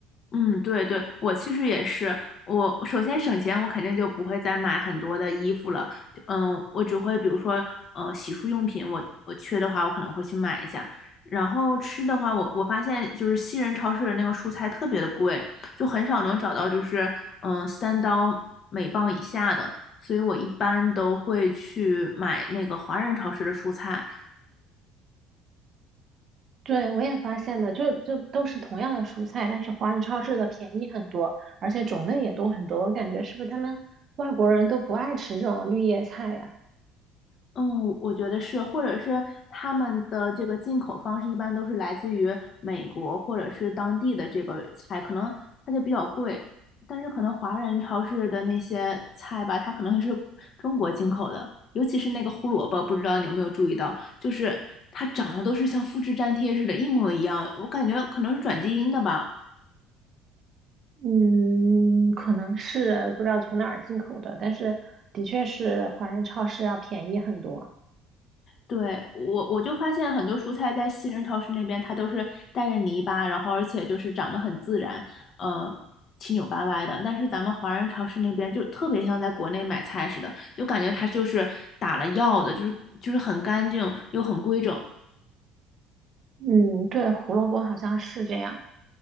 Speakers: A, on the left; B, on the right.
A: 嗯，对对，我其实也是，我首先省钱，我肯定就不会再买很多的衣服了，就嗯，我只会比如说，嗯、洗漱用品我，我缺的话，我可能会去买一下。然后吃的话，我我发现就是西人超市的那个蔬菜特别的贵，就很少能找到就是嗯三刀每磅以下的，所以我一般都会去买那个华人超市的蔬菜。
B: 对，我也发现了，就就都是同样的蔬菜，但是华人超市的便宜很多，而且种类也多很多。我感觉是不是他们外国人都不爱吃这种绿叶菜呀？
A: 嗯，我觉得是，或者是他们的这个进口方式一般都是来自于美国或者是当地的这个菜，可能它就比较贵，但是可能华人超市的那些菜吧，它可能是中国进口的，尤其是那个胡萝卜，不知道你有没有注意到，就是它长得都是像复制粘贴似的，一模一样，我感觉可能是转基因的吧。
B: 嗯，可能是不知道从哪儿进口的，但是的确是华人超市要便宜很多。
A: 对，我我就发现很多蔬菜在西人超市那边，它都是带着泥巴，然后而且就是长得很自然，嗯，七扭八歪的。但是咱们华人超市那边就特别像在国内买菜似的，就感觉它就是打了药的，就是就是很干净又很规整。
B: 嗯，对，胡萝卜好像是这样。